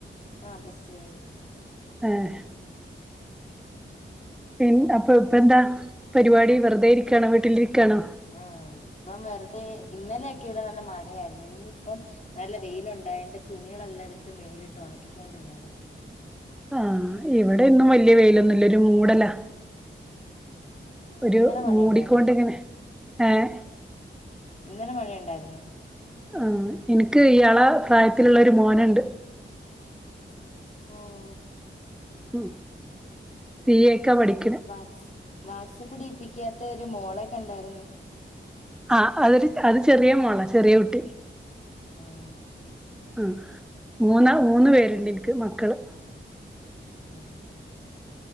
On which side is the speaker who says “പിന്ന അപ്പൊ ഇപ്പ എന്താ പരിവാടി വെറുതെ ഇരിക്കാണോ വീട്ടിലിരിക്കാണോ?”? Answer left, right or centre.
Centre